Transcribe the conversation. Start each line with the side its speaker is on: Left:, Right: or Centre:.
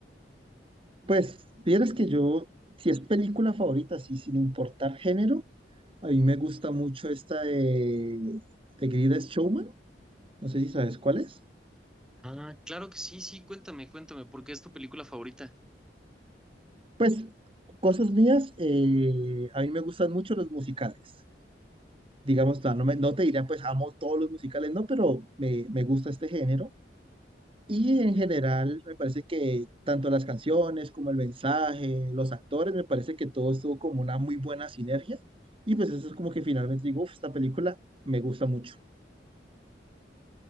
Right: Pues, vieras que yo, si es película favorita, sí, sin importar género, a mí me gusta mucho esta de, de Greatest Showman. No sé si sabes cuál es.
Centre: Ah, claro que sí, sí, cuéntame, cuéntame, ¿por qué es tu película favorita?
Right: Pues cosas mías, eh, a mí me gustan mucho los musicales. Digamos, no, no me- no te diría, pues amo todos los musicales, no, pero me, me gusta este género. Y en general, me parece que tanto las canciones como el mensaje, los actores, me parece que todo estuvo como una muy buena sinergia. Y pues eso es como que finalmente digo, "Uf, esta película me gusta mucho.